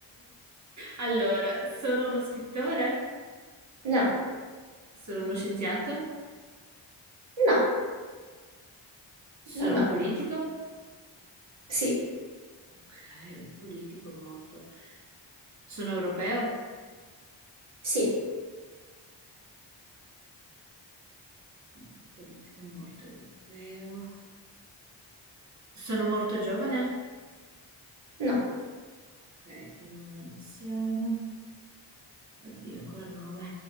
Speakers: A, on the right; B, on the right.
A: Allora, sono uno scrittore,
B: No,
A: sono uno scienziato,
B: no,
A: sono
B: no, no.
A: un politico.
B: Sì,
A: Ok, un politico morto. Sono europeo?
B: sì,
A: Un politico morto europeo. Sono morto giovane?
B: no,
A: Ok, quindi un anziano. Oddio, ancora nove.